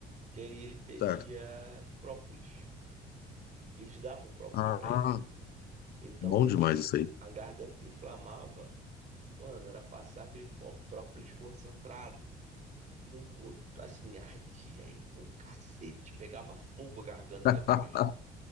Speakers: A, on the right (about 45°); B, on the left (about 65°).
A: que aí ele pedia
B: certo.
A: própolis. E eles davam própolis
B: Ah,
A: pra ele. Então
B: bom
A: a gente,
B: demais isso aí.
A: a garganta inflamava, mano, era passar aquele pó- própolis concentrado no outro, assim, ardia igual um cacete, pegava fogo a garganta depois.
B: <laughs>